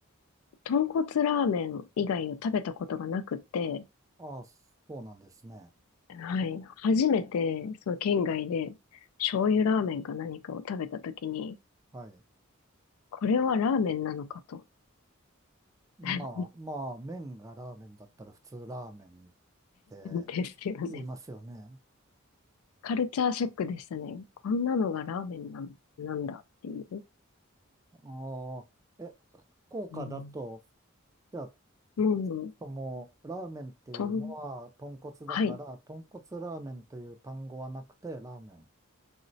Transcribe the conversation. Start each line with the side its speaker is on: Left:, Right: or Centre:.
Left: 豚骨ラーメン以外を食べたことがなくて、
Right: ああ、そうなんですね。
Left: はい、初めて、その県外で、醤油ラーメンか何かを食べたときに、
Right: はい。
Left: これはラーメンなのかと、
Right: まあ、
Left: <laughs>
Right: まあ、麺がラーメンだったら普通ラーメンって
Left: ですよね。
Right: 言いますよね。
Left: カルチャーショックでしたね。こんなのがラーメンなん、なんだっていう。
Right: ああ、え、福岡だと、
Left: うん。
Right: じゃあ
Left: もう、
Right: とも、ラーメンっていうのは豚骨だから、
Left: とん、はい。
Right: 豚骨ラーメンという単語はなくて、ラーメン。